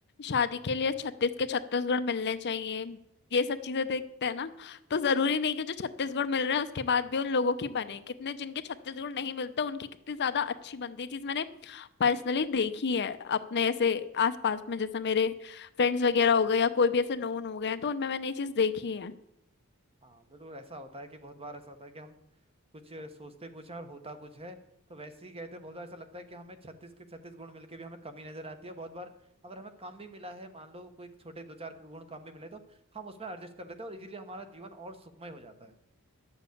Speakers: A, on the left; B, on the right.
A: शादी के लिए छत्तीस के छत्तीस गुण मिलने चाहिए ये सब चीजें देखते हैं ना तो जरूरी नहीं कि जो छत्तीस गुण मिल रहे हैं उसके बाद भी उन लोगों की बने कितने जिनके छत्तीस गुण नहीं मिलते उनकी कितनी ज्यादा अच्छी बनती है चीज मैंने पर्सनली देखी है अपने ऐसे आसपास में जैसे मेरे फ्रेंड्स वगैरह हो गए या कोई भी ऐसे नोन हो गए हैं, तो उनमें मैंने ये चीज देखी है
B: हाँ बिल्कुल ऐसा होता है कि बहुत बार ऐसा होता है कि हम कुछ सोचते कुछ है और होता कुछ है तो वैसे ही कहते हैं बहुत बार ऐसा लगता है कि हमें छत्तीस के छत्तीस गुण मिलके भी हमें कमी नजर आती है बहुत बार अगर हमें कम भी मिला है मान लो कोई छोटे दो चार गुण कम भी मिले तो हम उसमें एडजस्ट कर लेते हैं और इजीली हमारा जीवन और सुखमय हो जाता